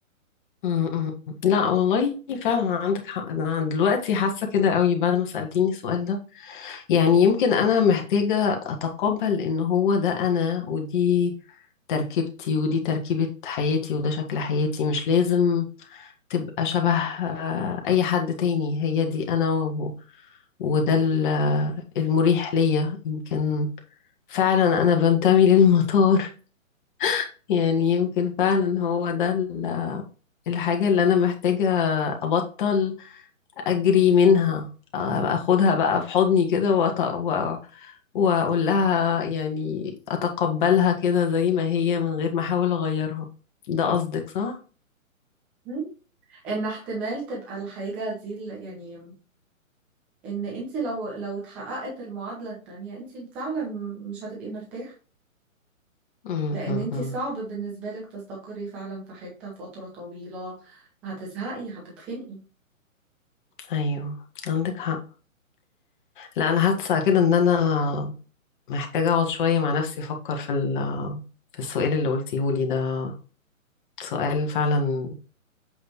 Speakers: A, on the left; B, in the centre.
A: أمم، أمم. لا والله فعلا عندك حق انا دلوقتي حاسة كده قوي بعد ما سألتيني السؤال ده يعني يمكن أنا محتاجة أتقبل إن هو ده أنا ودي تركيبتي ودي تركيبة حياتي وده شكل حياتي مش لازم تبقى شبه آه، أي حد تاني هي دي أنا و... وده ال- المريح ليا يمكن فعلا أنا بنتمي للمطار <laughs> يعني يمكن فعلا هو ده ال- الحاجة اللي أنا محتاجة أبطل اجري منها آه، اخدها بقى في حضني كده وأط... و... واقول لها يعني اتقبلها كده زي ما هي من غير ما احاول اغيرها ده قصدك صح
B: مم. ان احتمال تبقى الحاجة دي ال- يعني ان انت لو لو اتحققت المعادلة التانية انت فعلا مش هتبقي مرتاحة
A: أم،
B: لان
A: أم،
B: انت
A: أم.
B: صعب بالنسبة لك تستقري فعلا في حتة فترة طويلة هتزهقي هتتخنقي
A: ايوه عندك حق لا انا حاسه كده ان انا محتاجه اقعد شويه مع نفسي افكر في ال... في السؤال اللي قلتيه لي ده سؤال فعلا